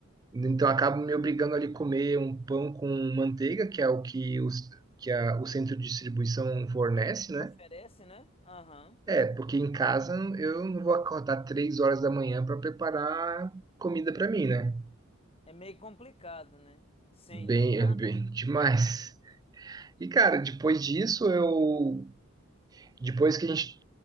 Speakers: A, on the right; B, on the left.
A: então acabo me obrigando ali a comer um pão com manteiga, que é o que, os, que a, o centro de distribuição fornece, né?
B: Oferece, né? Aham.
A: É, porque em casa eu não vou acordar três horas da manhã para preparar comida para mim, né?
B: É meio complicado, né? Sim,
A: Bem,
B: não dá.
A: <laughs> é bem demais. E, cara, depois disso, eu. Depois que a gente